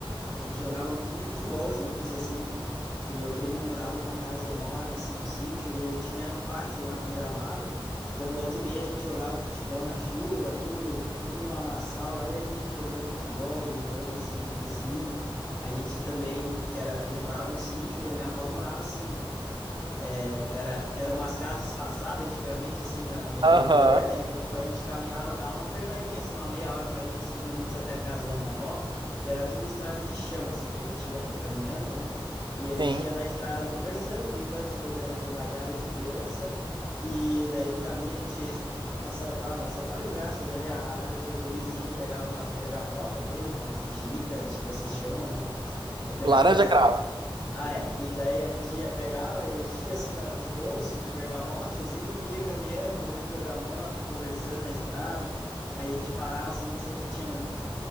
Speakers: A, on the left; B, on the right.
A: A gente jogava muito futebol juntos, assim, que meu primo morava numa casa enorme, assim, no sítio, e ele tinha um pátio lá com gramado. Então, volta e meia, a gente jogava um futebol na chuva, tudo, tudo um lamaçal lá, e a gente jogando futebol, brincando, assim, entre si. A gente também, que era, ele morava no sítio e a minha avó morava, assim, é, era, eram umas casas espaçadas antigamente, assim, na- no interior,
B: Aham.
A: né? Então, tipo, a gente caminhava, dava uma pernadinha, assim, uma meia hora, 45 minutos até a casa da minha avó, e era tudo estrada de chão, assim, que a gente ia caminhando, né? E a gente
B: Sim.
A: ia na estrada conversando, brincando as bobe- bobajadas de criança, e daí no caminho a gente <laughs> assaltava, assaltava, entre aspas, ali a árvore do vizinho, pegava umas bergamotas dele, umas mexericas, acho que vocês chamam, né? Eu pegava
B: Laranja
A: umas,
B: cravo.
A: ah, é. E daí a gente ia, pegava, e enchia assim a- os bolsos de bergamota, <laughs> assim, e ia caminhando, comendo bergamota e conversando na estrada. Aí a gente parava, assim, sempre tinha um,